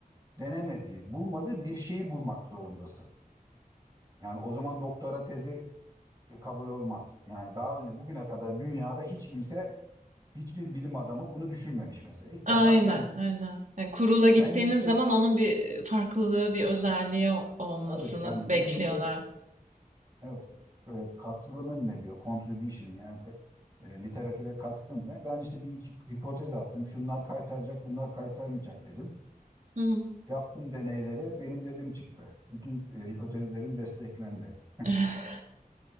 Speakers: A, on the right; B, on the right.
A: denemediği, bulmadığı bir şeyi bulmak zorundasın. Yani o zaman doktora tezi e, kabul olmaz. Yani daha önce bugüne kadar dünyada hiç kimse, hiçbir bilim adamı bunu düşünmemiş mesela. İlk
B: Aynen,
A: defa sen
B: aynen. Yani kurula gittiğiniz
A: benim işte
B: zaman onun bir, farklılığı, bir özelliği olmasını
A: tabii yani senin
B: bekliyorlar.
A: diyor Evet. E, katılımın ne diyor? Contribution yani e, literatüre katkın ne? Ben işte bir iki hipotez attım. Şunlar kaytaracak, bunlar kaytarmayacak dedim.
B: Hı hı.
A: Yaptım deneylere benim dedim çıktı. Bütün e, hipotezlerim desteklendi. <laughs>
B: <laughs>